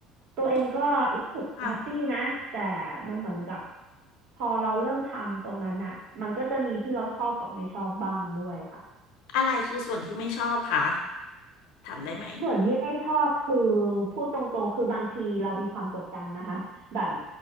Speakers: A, on the right; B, on the left.
A: ตัวเองก็รู้สึกแฮปปี้นะแต่
B: อุ้ยค่ะ
A: มันเหมือนกับพอเราเริ่มทำตรงนั้นอ่ะมันก็จะมีที่เราชอบกับไม่ชอบบ้างด้วยค่ะ
B: อะไรคือส่วนที่ไม่ชอบคะถามได้ไหม
A: ส่วนที่ไม่ชอบคือพูดตรงๆ คือบางทีเรามีความกดดันนะคะดัน